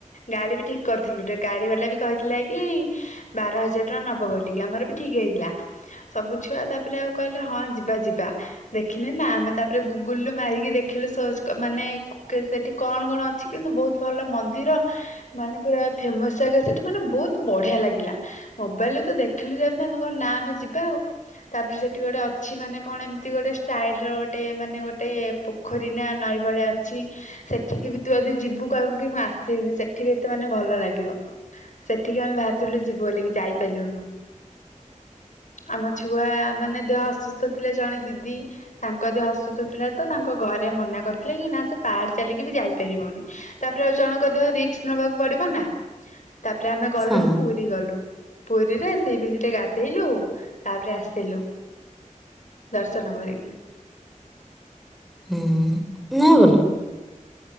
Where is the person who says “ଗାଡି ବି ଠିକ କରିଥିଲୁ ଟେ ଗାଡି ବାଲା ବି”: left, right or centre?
Left